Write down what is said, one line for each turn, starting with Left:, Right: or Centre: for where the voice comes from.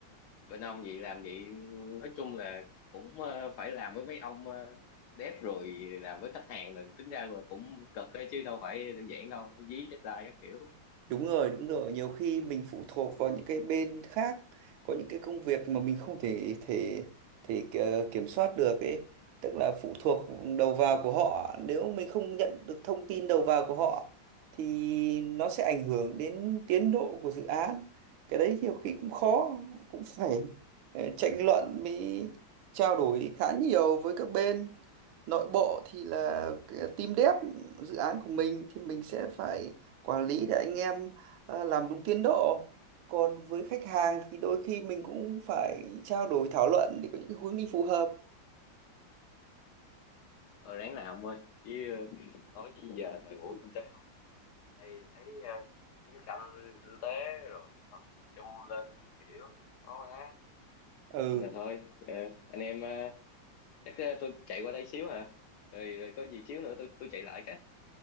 Left: bên ông vậy làm vậy nói chung là cũng ờ, phải làm với mấy ông ờ, dev rồi làm với khách hàng là tính ra là cũng cực ấy, chứ đâu phải đơn giản đâu, dí deadline các kiểu.
Right: Đúng rồi, đúng rồi. Nhiều khi mình phụ thuộc vào những cái bên khác, có những cái công việc mà mình không thể thể thể ki- kiểm soát được ấy, tức là phụ thuộc đầu vào của họ. Nếu mình không nhận được thông tin đầu vào của họ thì nó sẽ ảnh hưởng đến tiến độ của dự án. Cái đấy nhiều khi cũng khó, cũng phải ờ, tranh luận mới trao đổi khá nhiều với các bên. Nội bộ thì là cái team dev dự án của mình thì mình sẽ phải quản lý để anh em ờ, làm đúng tiến độ còn với khách hàng thì đôi khi mình cũng phải trao đổi thảo luận để có những cái hướng đi phù hợp
Left: Ờ, ráng làm thôi chứ ờ, nói chứ giờ thời buổi kinh tế khó khăn đây thấy ờ, chiến tranh kinh tế rồi họ chung lên các kiểu khó quá
Right: ừ
Left: nên là thôi ờ, anh em ờ, chắc ờ, tôi chạy qua đây xíu hả rồi, rồi có gì xíu nữa tôi tôi chạy lại cái